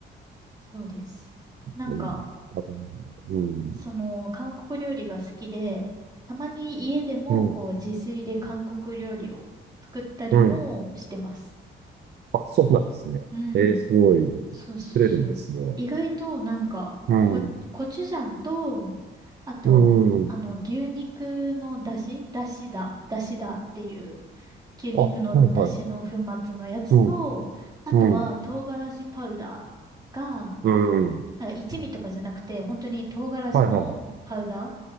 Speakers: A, on the right; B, on the right.
A: そうです。なんか、
B: いいねあとうん。
A: その、韓国料理が好きで、たまに家でも、
B: うん。
A: こう、自炊で韓国料理を作ったりもしてます。
B: うん。あ、そうなんですね。
A: うん。
B: えー、すごい、
A: そうそうそう。
B: 作れるんですね。
A: 意外と、なんか、
B: うん、
A: コ、コチュジャンと、あと、
B: うん。うん
A: あの、牛肉の出汁出汁だ。出汁だっていう、牛肉の出汁の粉末のやつと、
B: あ、はいはい。うん、
A: あとは、
B: うん、
A: 唐辛子パウダーが、
B: うん、
A: なんか一味とかじゃなくて、本当に唐辛子のパウダー
B: はいはい。